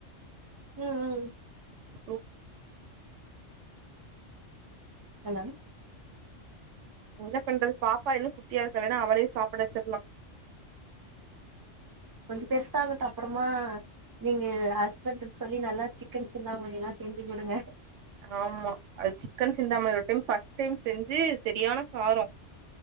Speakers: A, on the right; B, on the right.
A: ம் ம்
B: சூப்
A: ஹலோ
B: என்ன பண்றது பாப்பா இன்னும் குட்டியா இருக்காலே இல்லன்னா அவளையு சாப்ட வச்சிரலா
A: கொஞ்சோ பெருசாகட்டு அப்பறமா நீங்க ஹஸ்பண்ட்ன்னு சொல்லி நல்லா சிக்கன் சிந்தாமணி எல்லா செஞ்சு குடுங்க
B: ஆமா அது சிக்கன் சிந்தாமணி ஒரு டைம் ஃபஸ்ட் டைம் செஞ்சு சரியான காரொ